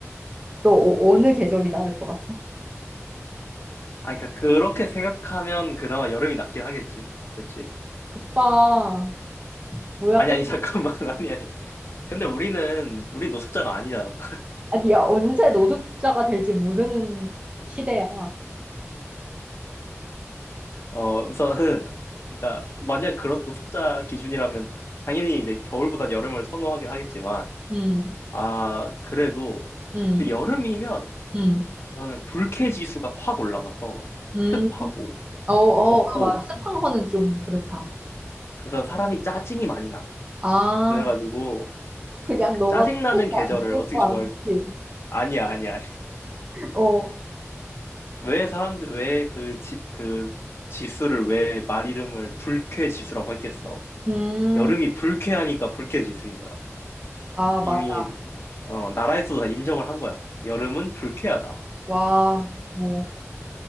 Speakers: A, on the right; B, on the left.
A: 너 어, 느 계절이 나을 것 같아?
B: 아, 그러니까 그렇게 생각하면 그나마 여름이 낫긴 하겠지. 그렇지?
A: 그빠 뭐야
B: 아니,
A: 끝내.
B: 아니, 잠깐만. <laughs> 아니, 아니. 근데 우리는, 우리 노숙자가 아니잖아.
A: 아니, 야, 언제 노숙자가 될지 모르는 시대야.
B: 어, 우선은, 그러니까, 만약 그런 노숙자 기준이라면, 당연히 이제 겨울보단 여름을 선호하긴 하겠지만,
A: 음,
B: 아, 그래도,
A: 음,
B: 그 여름이면,
A: 음,
B: 우선은 불쾌 지수가 확 올라가서,
A: 음.
B: 습하고,
A: 어, 어,
B: 덥고,
A: 아, 와, 습한 거는 좀 그렇다.
B: 그래서 사람이 짜증이 많이 나.
A: 아,
B: 그래가지고,
A: 그냥 너가
B: 짜증나는
A: 그렇게
B: 계절을
A: 안 좋은
B: 어떻게
A: 거
B: 좋아할
A: 아니지?
B: 수, 아니야, 아니야.
A: 어,
B: 왜 사람들, 왜 그 지, 그 지수를 왜 말 이름을 불쾌 지수라고 했겠어?
A: 음,
B: 여름이 불쾌하니까 불쾌 지수인 거야.
A: 아,
B: 이미,
A: 맞아.
B: 어, 나라에서도 다 인정을 한 거야. 여름은 불쾌하다.
A: 와, 뭐,